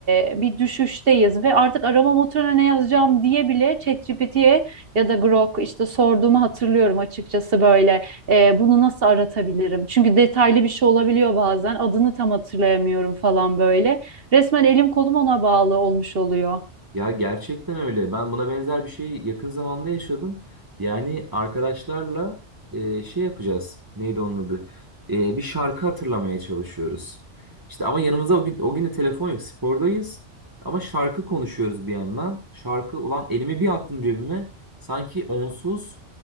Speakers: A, on the right; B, on the right.
A: e, bir düşüşteyiz ve artık arama motoruna ne yazacağım diye bile ChatGPT'ye ya da Grok işte sorduğumu hatırlıyorum açıkçası böyle. E, bunu nasıl aratabilirim? Çünkü detaylı bir şey olabiliyor bazen, adını tam hatırlayamıyorum falan böyle. Resmen elim kolum ona bağlı olmuş oluyor.
B: Ya gerçekten öyle. Ben buna benzer bir şeyi yakın zamanda yaşadım. Yani arkadaşlarla e, şey yapacağız. Neydi onun adı? E, bir şarkı hatırlamaya çalışıyoruz. İşte ama yanımıza o gün, o gün de telefon yok. Spordayız. Ama şarkı konuşuyoruz bir yandan. Şarkı ulan elimi bir attım cebime. Sanki onsuz